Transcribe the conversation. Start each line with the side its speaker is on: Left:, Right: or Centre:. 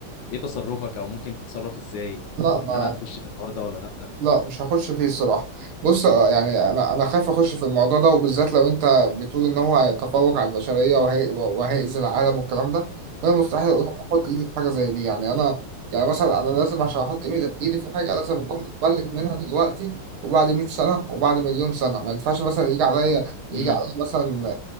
Left: ايه تصرفك او ممكن تتصرف ازاي
Right: لا ما
Left: هل هتخش في الحوار ده ولا لا
Right: لا مش هخش فيه الصراحة بص آه، يعني أنا أنا خايف أخش في الموضوع ده وبالذات لو أنت بتقول إن هو هيتفوق على البشرية وهي... وهيأذي العالم والكلام ده فأنا مستحيل أقول- أحط إيدي في حاجة زي دي يعني أنا يعني مثلا أنا لازم عشان أحط إيدي إيدي في حاجة لازم أكون متملك منها دلوقتي وبعد 100 سنة وبعد مليون سنة ما ينفعش مثلا يجي عليا يجي
Left: امم
Right: عليا مثلا